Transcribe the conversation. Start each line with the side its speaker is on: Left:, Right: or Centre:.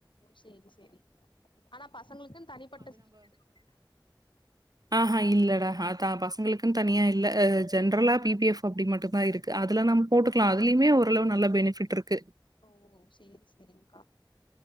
Left: செரி செரி ஆனா பசங்களுக்குன்னு தனிப்பட்ட எதுவு இல்ல.
Right: ஆ ஹா இல்லடா தா பசங்களுக்கும் தனியா இல்ல ஜென்ரலா பி பி‌ எஃப் அப்டி மட்டும் தான் இருக்கு அதுல நம் போட்டுக்கலாம் அதுலயு ஓரளவு நல்ல பெனிஃபிட் இருக்கு
Left: ஓ சேரி சேரி்ங்கா